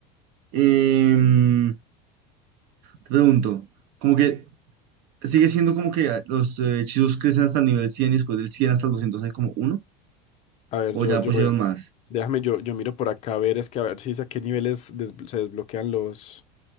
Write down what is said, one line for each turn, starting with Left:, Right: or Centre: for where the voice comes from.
Right: Em, te pregunto, como que sigue siendo como que ah, los eh, hechizos crecen hasta el nivel 100 y después del 100 hasta el 200 hay como uno,
Left: A ver,
Right: o
Left: yo,
Right: ya
Left: yo
Right: pusieron
Left: veo.
Right: más.
Left: Déjame, yo, yo miro por acá a ver, es que a ver si dice a qué niveles des- se desbloquean los.